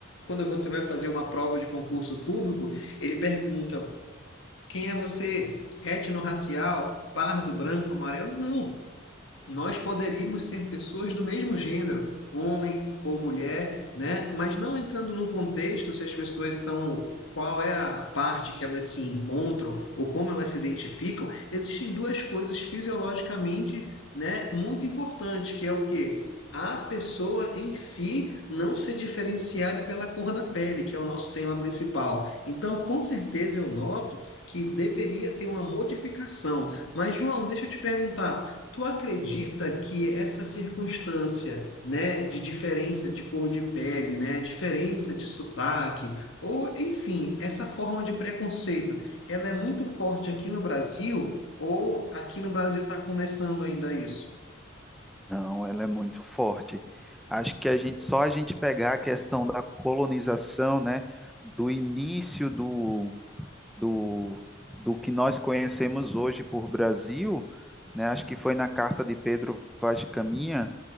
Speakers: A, on the left (about 65°); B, in the centre.
A: quando você vai fazer uma prova de concurso público, ele pergunta: quem é você? Étnico-racial? Pardo, branco, amarelo? Não nós poderíamos ser pessoas do mesmo gênero, homem ou mulher, né? Mas não entrando num contexto se as pessoas são qual é a parte que elas se encontram ou como elas se identificam, existem duas coisas fisiologicamente, né, muito importantes, que é o quê? A pessoa em si não ser diferenciada pela cor da pele, que é o nosso tema principal. Então, com certeza eu noto que deveria ter uma modificação. Mas João, deixa eu te perguntar, Tu acredita que essa circunstância, né, de diferença de cor de pele, né, diferença de sotaque, ou enfim, essa forma de preconceito, ela é muito forte aqui no Brasil ou aqui no Brasil está começando ainda isso?
B: Não, ela é muito forte. Acho que a gente só a gente pegar a questão da colonização, né, do início do, do, do que nós conhecemos hoje por Brasil, né, acho que foi na carta de Pedro Vaz de Caminha,